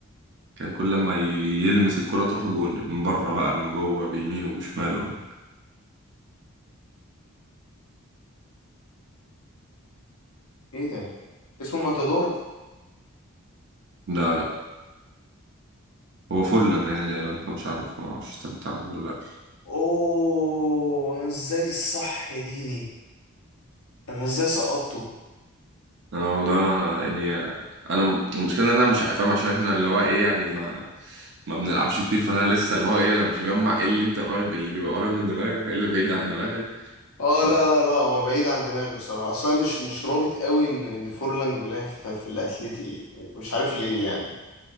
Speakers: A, on the right; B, on the left.
A: كان كل لما يلمس الكرة تروح جول من بره بقى من جوه بيمينه وبشماله
B: إيه ده اسمه ماتادور
A: لا لا هو فورلان يعني لو انت مش عارف ما اعرفش انت كنت عارف ولا
B: أوه أنا إزاي صح يا ديني انا ازاي سقطته
A: اه والله انا يعني انا م- المشكله ان انا مش فاهم عشان احنا اللي هو ايه يعني ما ما بنلعبش كتير فانا لسه اللي هو ايه انا مش مجمع ايه اللي انت قريب اللي بيبقى قريب من دماغك وايه اللي بعيد عن دماغك
B: اه
A: ف
B: لا لا لا هو بعيد عن دماغي بصراحه اصلا مش مش رابط قوي ان ان فورلان لعب في, في الاتليتي مش عارف ليه يعني